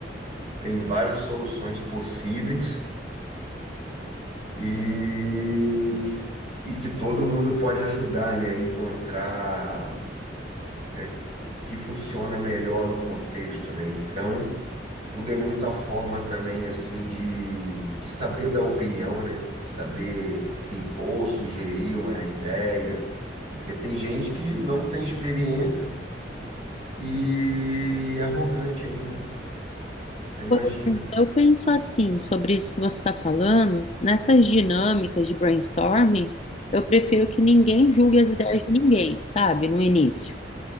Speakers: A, on the right; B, on the left.
A: têm várias soluções possíveis e E que todo mundo pode ajudar, né, a encontrar, né, o que funciona melhor no contexto, né? Então, tudo é muita forma também, assim, de, de saber dar opinião, né? Saber se impor, sugerir uma ideia, porque tem gente que não tem experiência e é arrogante ainda, imagina.
B: Por exemplo, eu penso assim sobre isso que você está falando, nessas dinâmicas de brainstorming, eu prefiro que ninguém julgue as ideias de ninguém, sabe, no início.